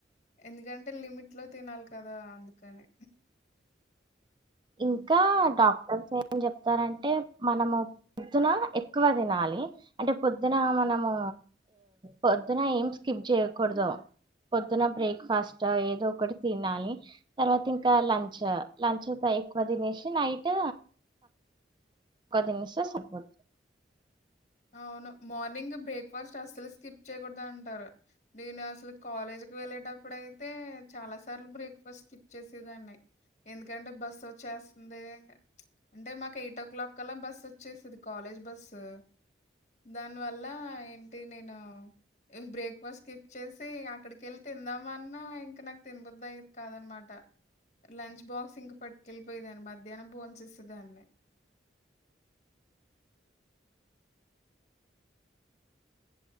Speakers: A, on the left; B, on the right.
A: ఎందుకంటే లిమిట్లో తినాలి కదా అందుకని హ్మ్.
B: ఇంకా డాక్టర్స్ ఏమనీ చెప్తారంటే మనము పొద్దున ఎక్కువ తినాలి అంటే పొద్దున మనము పొద్దున ఏం స్కిప్ చేయకూడదు పొద్దున బ్రేక్ఫాస్ట్ ఏదో ఒకటి తినాలి తర్వాత ఇంకా లంచ్ లంచ్ త ఎక్కువతీనేసి నైట్ ఎక్కువ దినేసి సరిపోద్ది
A: అవును మార్నింగ్ బ్రేక్ఫాస్ట్ అస్సలు స్కిప్ చేయకూడదు అంటారు నేను అసలు కాలేజ్కి వెళ్ళేటప్పుడు అయితే చాలా సార్లు బ్రేక్ఫాస్ట్ స్కిప్ చేసేదాన్నీ ఎందుకంటే బస్సు వచ్చేస్తుంది అంటే మాకు ఎయిట్ ఓ క్లాక్ కల్ల బస్ వచ్చేసిది కాలేజ్ బస్సు దానీ వల్ల ఏంటి నేను హ్ బ్రేక్ఫాస్ట్ స్కిప్ చేసి అక్కడికెళ్ళి తిందామన్నా ఇంకా నాక్ తినబుద్దయేది కాదన్మాట లంచ్ బాక్స్ ఇంక పట్కెళ్ళిపోయేదాన్ని మధ్యాహ్నం బొన్ చేసేదాన్ని